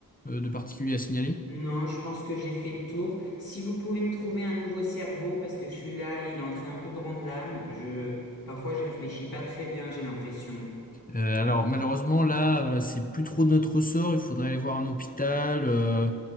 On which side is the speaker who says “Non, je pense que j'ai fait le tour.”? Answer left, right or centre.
Left